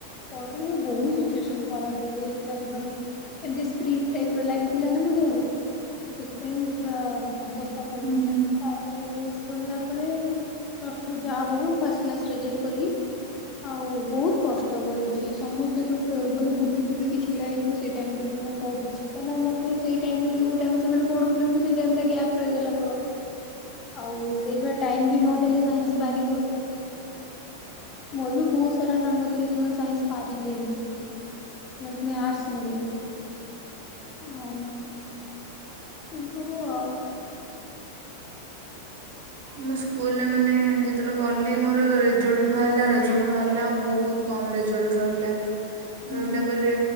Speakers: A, on the left; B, on the right.
A: ପରଦିନ ମୋ ବହୁତ ସିଚୁଏସନ ଖରାପ ହେଇଯାଇଥିଲା ଏକଦମ୍। ଏମତି ସ୍ପ୍ରିଟ ଟାଇପ ର ଲାଗିଥିଲା ନା ମୋ ଦେହରେ। ତ ସେଥିପାଇଁ ମୁଁ ପୁରା ଅବସ୍ଥା ପଳେଇଥିଲା।
B: ହୁଁ
A: ତାପରେ ସେ ସରିଲା ପରେ ପ୍ଲସ ଟୁ ଯାହା ହଉ ମୁଁ ଫାଷ୍ଟ କ୍ଲାସ ରେଜଲଟ କଲି। ଆଉ ବହୁତ କଷ୍ଟ କରିଚି ସମସ୍ତେ ଯେତେବେଳେ ବୁଲୁଥିବେ କି ଛିଡା ହେଇ ସେଇ ଟାଇମ ରେ ବି ମୁଁ ପଢ଼ିଚି। କାହିଁକିନା ମେ ସେଇ ଟାଇମ ରେ ଯୋଉ ଟାଇମ ସେମାନେ ପଢୁଥିଲେ ମୁ ଗ୍ୟାପ୍ ରହିଗଲା ମୋର। ଆଉ ସେଇଭଳିଆ ଟାଇମ ବି ନଦଲେ ସାଇନ୍ସ
B: ହୁଁ
A: ପାରିବନି। ମୋର ବି ବହୁତ ସାରା ସାଙ୍ଗ ଥିଲେ ଯେଉମାନେ ସାଇନ୍ସ ପାରିଲେନି। ମାନେ ପୁଣି ଆର୍ଟସ୍ ନେଲେ। ଆଉ
B: ଆ
A: <unintelligible>
B: ମୁଁ ସ୍କୁଲରେ ମାନେ ଯେତେବେଳେ ଗଲି ମୋର ରେଜଲ୍ଟ ବାହାରିଲା ରେଜଲ୍ଟ ବାହାରିଲା ଆଉ ବହୁତ କମ ରେଜଲ୍ଟ ରହିଲା।
A: ହୁଁ
B: ରହିଲା ପରେ